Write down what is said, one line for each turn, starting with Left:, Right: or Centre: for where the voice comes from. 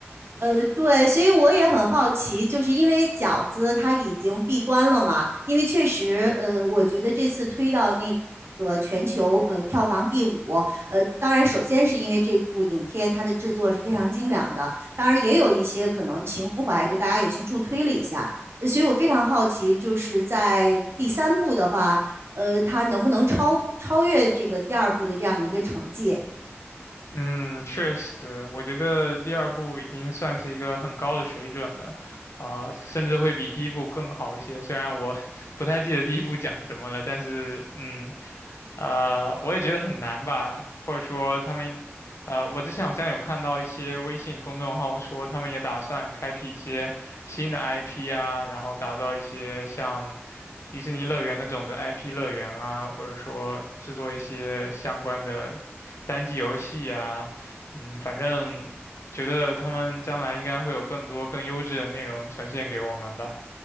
Right: 呃，对，所以我也很好奇，就是因为饺子它已经闭关了嘛，因为确实，呃，我觉得这次推到那个全球呃票房第五，呃，当然首先是因为这部影片它的制作是非常精良的，当然也有一些可能情怀，就大家也去助推了一下，呃所以我非常好奇，就是在第三部的话，呃，它能不能超超越这个第二部的这样的一个成绩？
Left: 嗯，确实，我觉得第二部已经算是一个很高的水准了，啊、甚至会比第一部更好一些。虽然我 <laughs> 不太记得第一部讲什么了，但是嗯，呃，我也觉得很难吧，或者说他们，呃，我之前好像有看到一些微信公众号说他们也打算开辟一些新的 IP 啊，然后打造一些像迪士尼乐园那种的 IP 乐园啊，或者说制作一些相关的。单机游戏啊，嗯，反正觉得他们将来应该会有更多更优质的内容呈现给我们吧。